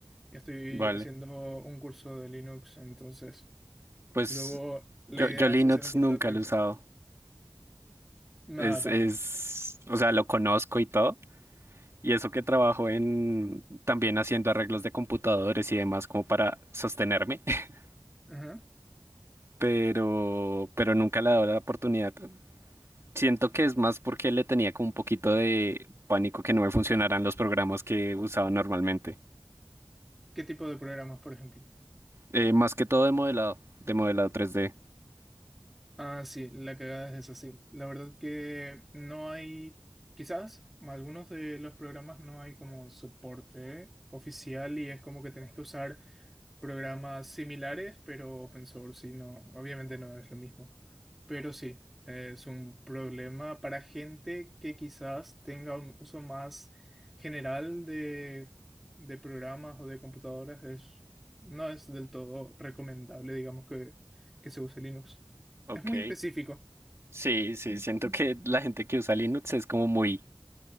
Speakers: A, in the centre; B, on the right.
A: Estoy
B: Vale.
A: haciendo un curso de Linux. Entonces,
B: Pues
A: luego la
B: yo,
A: idea
B: yo Linux
A: es hacer un curso
B: nunca
A: de Python.
B: lo he usado.
A: Nada.
B: Es, es, o sea, lo conozco y todo. Y eso que trabajo en también haciendo arreglos de computadores y demás como para sostenerme. <laughs>
A: Ajá.
B: Pero, pero nunca le he dado la oportunidad. Siento que es más porque le tenía como un poquito de pánico que no me funcionaran los programas que usaba normalmente.
A: ¿Qué tipo de programas, por ejemplo?
B: Eh, más que todo de modelado, de modelado tres d
A: Ah, sí, la cagada es así. La verdad que no hay, quizás algunos de los programas no hay como soporte oficial y es como que tenés que usar programas similares, pero open source, y no, obviamente no es lo mismo. Pero sí, es un problema para gente que quizás tenga un uso más general de, de programas o de computadoras. Es, no es del todo recomendable, digamos, que, que se use Linux.
B: Ok.
A: Es muy específico.
B: Sí, sí, siento que la gente que usa Linux es como muy